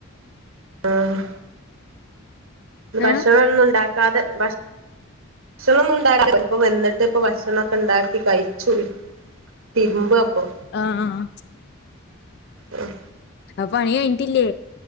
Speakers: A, on the right; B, on the left.
A: ആഹ് ഭക്ഷണൊന്നുണ്ടാക്കാതെ
B: ഏഹ്
A: ഭക്ഷണൊന്നുണ്ടാക്കലില്ല ഇപ്പ വന്നിട്ട് ഇപ്പ ഭ ഭക്ഷണൊക്കെണ്ടാക്കി കഴിച്ചു തിരുമ്പാപ്പൊ
B: ആഹ് ആഹ് ആഹ്
A: ഉം
B: അപ്പൊ പണി കഴിഞ്ഞിട്ടില്ലേ